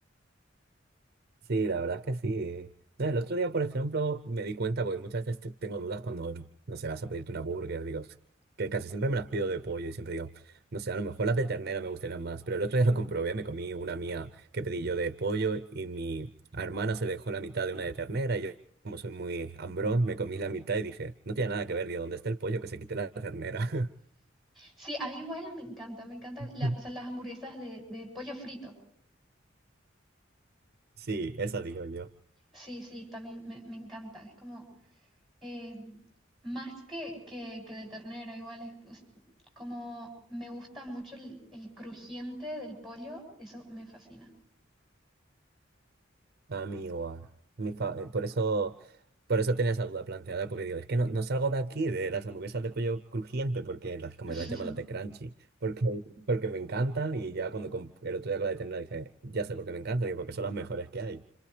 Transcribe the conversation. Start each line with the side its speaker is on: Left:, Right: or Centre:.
Right: Sí, la verdad es que sí. No, el otro día, por ejemplo, me di cuenta, porque muchas veces te- tengo dudas cuando, no sé, vas a pedirte una burger, digo, que casi siempre me las pido de pollo y siempre digo, no sé, a lo mejor las de ternera me gustarían más, pero el otro día lo comprobé, me comí una mía que pedí yo de pollo y mi hermana se dejó la mitad de una de ternera y yo, como soy muy hambrón, me comí la mitad y dije, no tiene nada que ver, digo, ¿dónde está el pollo? Que se quite la ternera.
Centre: Sí, a mí igual me encanta, me encantan
Right: <laughs>
Centre: las, o sea, las hamburguesas de, de pollo frito.
Right: Sí, esa digo yo.
Centre: Sí, sí, también me, me encanta, es como Eh, más que, que, que de ternera, igual es es como me gusta mucho el, el crujiente del pollo, eso me fascina.
Right: A mí igual. Mi fa- eh, Por eso, por eso tenía esa duda planteada, porque digo, es que no, no salgo de aquí, de las hamburguesas de pollo crujiente, porque las, como
Centre: <laughs>
Right: las llaman las de crunchy, porque, porque me encantan y ya cuando comp- el otro día con la de ternera dije, ya sé por qué me encantan, digo, porque son las mejores que hay.